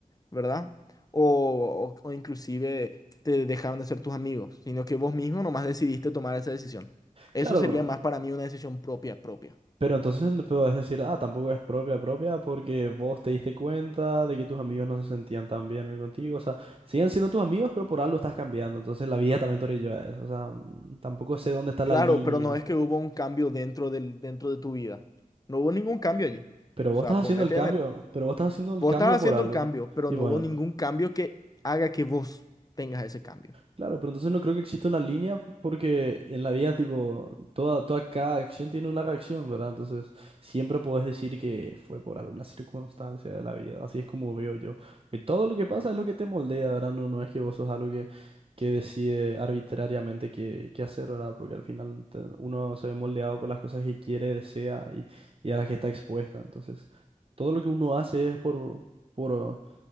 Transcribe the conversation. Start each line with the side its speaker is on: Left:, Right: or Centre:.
Left: ¿verdad? O, o- o inclusive te dejaron de ser tus amigos, sino que vos mismo nomás decidiste tomar esa decisión. Eso
Right: Claro.
Left: sería más para mí una decisión propia, propia.
Right: Pero entonces no puedes decir, ah, tampoco es propia propia porque vos te diste cuenta de que tus amigos no se sentían tan bien contigo. O sea, siguen siendo tus amigos, pero por algo estás cambiando. Entonces la vida también te orilló a eso. O sea, mm, tampoco sé dónde está
Left: Claro,
Right: la línea.
Left: pero no es que hubo un cambio dentro del, dentro de tu vida. No hubo ningún cambio allí.
Right: Pero
Left: O
Right: vos
Left: sea,
Right: estás
Left: ponete
Right: haciendo el cambio,
Left: en el-
Right: pero vos estás haciendo el
Left: Vos
Right: cambio
Left: estás haciendo
Right: por algo.
Left: el cambio, pero
Right: Y
Left: no
Right: bueno,
Left: hubo ningún cambio que haga que vos tengas ese cambio.
Right: Claro, pero entonces no creo que exista una línea porque en la vida, tipo, toda, toda cada acción tiene una reacción, ¿verdad? Entonces, siempre puedes decir que fue por alguna circunstancia de la vida. Así es como veo yo. Que todo lo que pasa es lo que te moldea, ¿verdad? No, no es que vos sos algo que, que decide arbitrariamente qué, qué hacer, ¿verdad? Porque al final te- uno se ve moldeado por las cosas que quiere, desea y, y a las que está expuesta. Entonces, todo lo que uno hace es por, por,